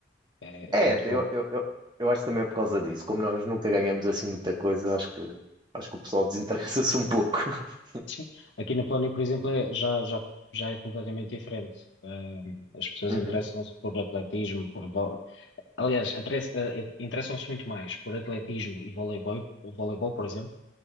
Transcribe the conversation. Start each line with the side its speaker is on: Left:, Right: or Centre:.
Left: É,
Right: É,
Left: é muito
Right: eu,
Left: pouco.
Right: eu, eu, eu acho que também é por causa disso. Como nós nunca ganhamos assim muita coisa, acho que acho que o pessoal desinteressa-se um pouco. <laughs>
Left: Sim. Aqui na Polónia, por exemplo, é- já, já, já é completamente diferente. Ahm, as pessoas
Right: Uhum.
Left: interessam-se por atletismo, por... vo- Aliás, atres- eh, interessam-se muito mais por atletismo e voleibol, o voleibol, por exemplo,